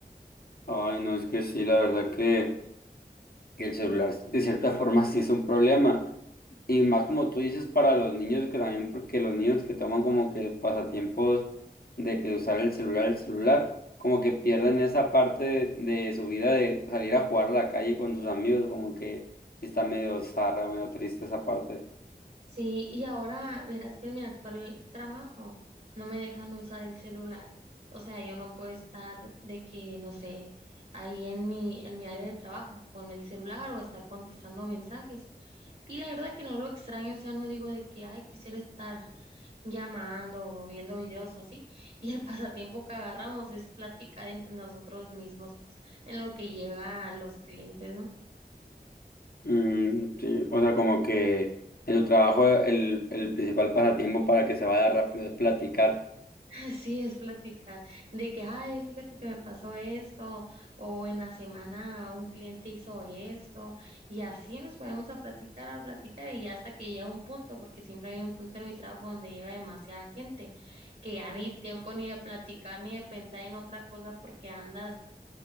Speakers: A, on the left; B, on the right.
A: Ay, no, es que sí, la verdad que, que el celular de cierta <laughs> forma sí es un problema. Y más como tú dices para los niños, que también porque los niños que toman como que pasatiempos de que usar el celular, el celular, como que pierden esa parte de, de su vida de salir a jugar a la calle con sus amigos, como que sí está medio zarra, medio triste esa parte.
B: Sí, y ahora verás que en mi actual trabajo no me dejan usar el celular. O sea, yo no puedo estar de que, no sé, ahí en mi, en mi área de trabajo con el celular o estar contestando mensajes. Y la verdad que no lo extraño, o sea, no digo de que, ay, quisiera estar llamando o viendo videos o así. <laughs> Y el pasatiempo que agarramos es platicar entre nosotros mismos, pues, en lo que llega a los clientes, ¿no?
A: Mm, sí, o sea, como que en tu trabajo el, el principal pasatiempo para que se vaya rápido es platicar.
B: Así es, platicar de que, ay, fíjate que me pasó esto, o en la semana un cliente hizo esto, y así nos ponemos a platicar, a platicar, y ya hasta que llega un punto, porque siempre hay un punto en mi trabajo donde llega demasiada gente, que ya ni tiempo ni de platicar ni de pensar en otra cosa porque andas